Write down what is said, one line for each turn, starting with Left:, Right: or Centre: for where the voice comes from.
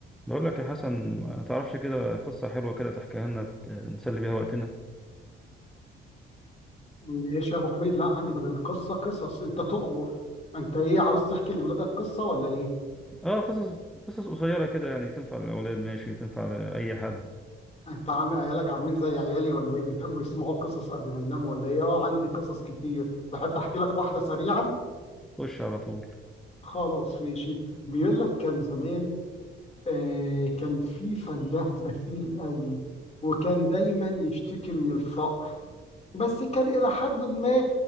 Centre: بقول لك يا حسن ما تعرفش كده قصة حلوة كده تحكيها لنا ت- نسلي بيها وقتنا
Left: ماشي يا ابو حميد لا عندي بدل القصه قصص انت تؤمر انت ايه عاوز تحكي لاولادك قصه ولا ايه
Centre: اه قصص قصص قصيرة كده يعني تنفع للأولاد ماشي وتنفع لأي حد
Left: انت عامل عيالك عاملين زي عيالي ولا ايه بيحبوا يسمعوا القصص قبل ما يناموا ولا ايه اه عندي قصص كتير تحب احكي لك واحده سريعا
Centre: خش على طول
Left: خلاص ماشي بيقول لك كان زمان آه كان في فلاح بخيل قوي وكان دايما يشتكي من الفقر بس كان إلى حد ما